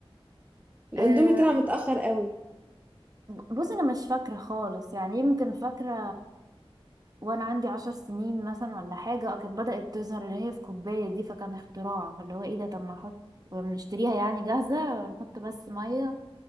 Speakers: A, on the right; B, on the right.
A: الأندومي
B: أه
A: طلع متأخّر أوي،
B: بص انا مش فاكره خالص يعني يمكن فاكره وانا عندي عشر سنين مثلا ولا حاجه آه، كانت بدات تظهر اللي هي في كوبايه دي فكان اختراع فاللي هو ايه ده طب ما نحط ونشتريها يعني جاهزه ونحط بس ميه